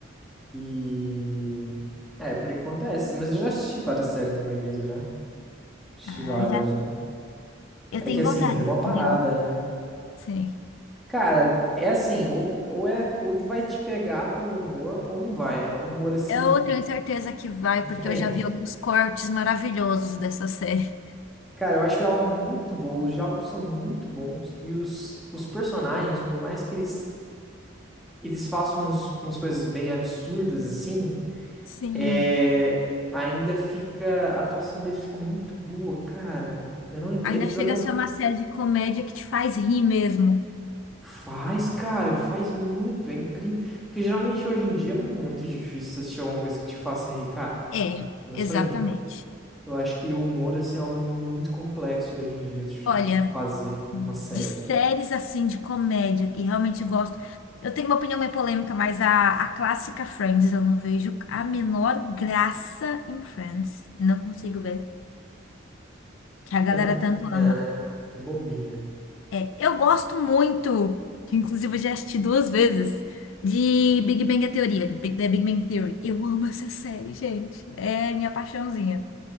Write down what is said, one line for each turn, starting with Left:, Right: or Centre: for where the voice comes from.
Centre: E. É, por enquanto é essas, mas eu já assisti várias séries na minha vida já. Assisti
Left: Ah,
Centre: várias
Left: já.
Centre: já.
Left: Eu
Centre: É
Left: tenho
Centre: que assim,
Left: vontade
Centre: eu dei uma parada,
Left: de ó.
Centre: né?
Left: Sim.
Centre: Cara, é assim, ou, ou, é, ou vai te pegar pelo humor ou não vai. É um humor assim.
Left: Eu tenho certeza que vai,
Centre: Diferente.
Left: porque eu já vi alguns cortes maravilhosos dessa série.
Centre: Cara, eu acho ela muito boa, os diálogos são muito bons e os, os personagens, por mais que eles, eles façam uns- umas coisas bem absurdas assim,
Left: Sim.
Centre: é, ainda fica, a atuação deles fica muito boa, cara. Eu não entendo,
Left: Ainda
Centre: eles
Left: chega
Centre: atuam,
Left: a ser uma série de comédia que te faz rir mesmo.
Centre: faz, cara, e faz muito, é incrível. Porque geralmente hoje em dia é muito difícil você assistir alguma coisa que te faça rir, cara.
Left: É,
Centre: Pelo menos
Left: exatamente.
Centre: pra mim. Eu acho que o humor, assim, é algo muito complexo hoje em dia de
Left: Olha.
Centre: de fazer
Left: de
Centre: uma série.
Left: séries assim de comédia que realmente gosto. Eu tenho uma opinião meio polêmica, mas a, a clássica Friends, eu não vejo a menor graça em Friends. Não consigo ver. Que a galera
Centre: É bobinha,
Left: tanto ama.
Centre: né? É Bobinha.
Left: É, eu gosto muito, que inclusive eu já assisti duas vezes, de Big Bang Theory, de Big- The Big Bang Theory. Eu amo essa série, gente. É minha paixãozinha.